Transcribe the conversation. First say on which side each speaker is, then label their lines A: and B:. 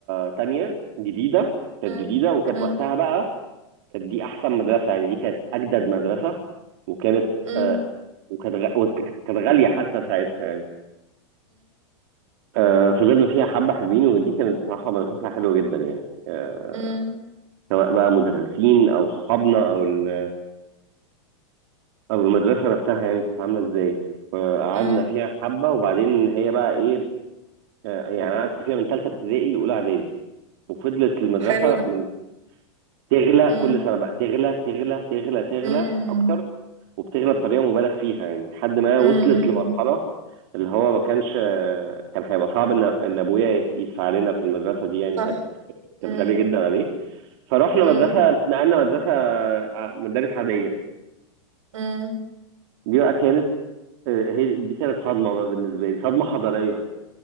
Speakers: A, on the right; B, on the right.
A: تانية جديدة كانت
B: امم
A: جديدة وكانت
B: امم
A: وقتها بقى كانت دي احسن مدرسه يعني دي كانت اجدد مدرسه وكانت
B: امم
A: آه وكانت غ- وكانت كانت غاليه حتى ساعتها يعني آه، فضلنا فيها حبة حلوين ودي كانت بصراحة مدرسة حلوة جدا يعني آه،
B: امم
A: سواء بقى مدرسين أو صحابنا أو ال- أو المدرسة نفسها يعني كانت عاملة إزاي آه، قعدنا
B: امم
A: فيها حبة وبعدين هي بقى إيه آه، يعني قعدت فيها من تالتة ابتدائي لأولى إعدادي وفضلت المدرسة
B: حلو ده
A: من تغلى
B: مم.
A: كل سنة بقى تغلى تغلى تغلى تغلى
B: مم.
A: أكتر وبتغلى بطريقه مبالغ فيها يعني لحد ما
B: مم.
A: وصلت
B: مم.
A: لمرحله اللي هو ما كانش كان هيبقى صعب ان ان ابويا يدفع لنا في المدرسه دي يعني
B: صح
A: كانت
B: مم.
A: كانت غاليه جدا عليه فروحنا
B: مم.
A: مدرسه اتنقلنا مدرسه ع- مدارس عاديه
B: مم.
A: دي بقى كانت آه، هي دي كانت صدمه بقى بالنسبه لي صدمه حضاريه